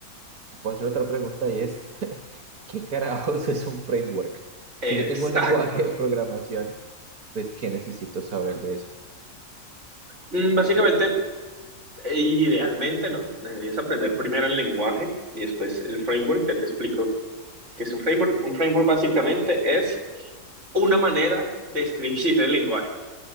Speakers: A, on the right; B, on the right.
A: te puedo hacer otra pregunta y es, <laughs> ¿qué carajos es un framework?
B: Exacto.
A: Si yo tengo un lenguaje de programación, pues ¿qué necesito saber de eso?
B: Mm, Básicamente, e- idealmente, ¿no? Deberías aprender primero el lenguaje y después el framework. Ya te explico qué es un framework. Un framework básicamente es una manera de escribir el lenguaje,